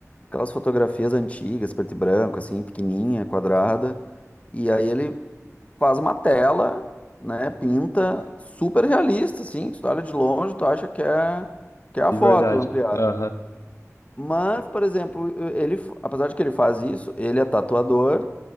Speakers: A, on the left; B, on the left.
A: aquelas fotografias antigas, preto e branco, assim, pequenininha, quadrada, e aí ele faz uma tela, né, pinta super realista, assim, que tu olha de longe, tu acha que é, que é a
B: de
A: foto
B: verdade.
A: ampliada.
B: Aham,
A: Mas, por exemplo, ele, apesar de que ele faz isso, ele é tatuador